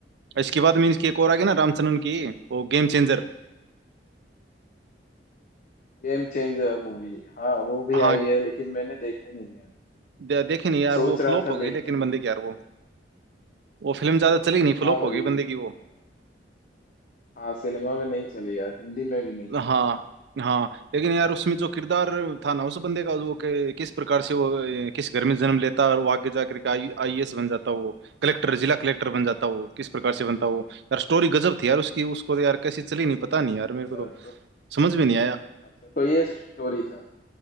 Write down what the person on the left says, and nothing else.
हाँ
गेम चेंजर मूवी हाँ वो भी
आई है लेकिन मैंने देखा नहीं है
मैं
सोच
रहा
था
देखने
के
लिए
हाँ भाई
हाँ हाँ सिनेमा में नहीं चली यार हिंदी में भी नहीं चली
तो,
तो-
अच्छा तो ये स्टोरी था